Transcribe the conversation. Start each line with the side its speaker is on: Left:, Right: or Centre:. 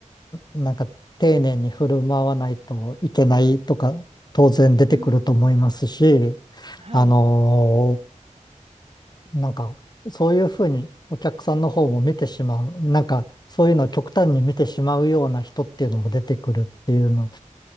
Left: なんか丁寧に振る舞わないといけないとか当然出てくると思いますし、
Right: うーん。はい。
Left: あのーなんかそういうふうにお客さんの方も見てしまう、なんかそういうのを極端に見てしまうような人っていうのも出てくるっていうの